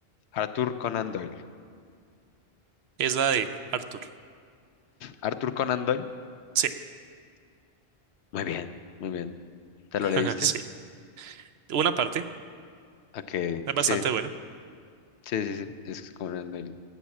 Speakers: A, on the left; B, on the right.
A: Arthur Conan Doyle.
B: Es la de Arthur.
A: Arthur Conan Doyle.
B: Sí,
A: Muy bien, muy bien. ¿Te
B: <laughs>
A: lo leíste?
B: sí. Una parte.
A: Ok,
B: Es bastante
A: sí,
B: bueno.
A: sí, sí, sí. Es Conan Doyle.